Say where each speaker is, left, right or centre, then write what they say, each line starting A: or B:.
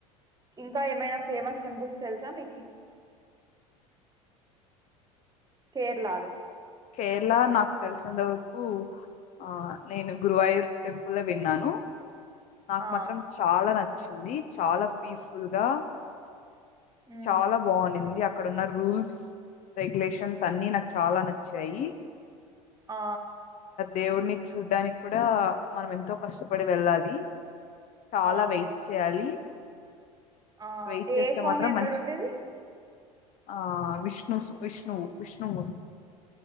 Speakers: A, on the right; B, on the left.
A: ఇంకా ఏమైనా ఫేమస్ టెంపుల్స్ తెలుసా మీకి కేరళలో
B: కేరళ నాకు తెలిసినంతవరకు ఆ నేను గురువాయూర్ టెంపుల్ ఏ విన్నాను నాకు
A: ఆ
B: మాత్రం చాలా న చుంది చాలా పీస్ఫుల్ గా
A: మ్మ్
B: చాలా బాగుంనింది అక్కడన్న రూల్స్ రెగ్యులేషన్స్ అన్ని నాకు చాలా చెయ్యి
A: ఆ
B: దేవుణ్ణి చూడడానికి కూడా మనం ఎంతో కష్టపడి వెళ్లాలి చాలా
A: ఆ
B: వెయిట్ చేయాలి
A: ఆ
B: వెయిట్
A: ఏ
B: చేస్తే
A: స్వామి
B: మాత్రం
A: అక్కడ
B: మంచి
A: ఉండేది
B: ఆ విష్ణు విష్ణు విష్ణుమూర్తి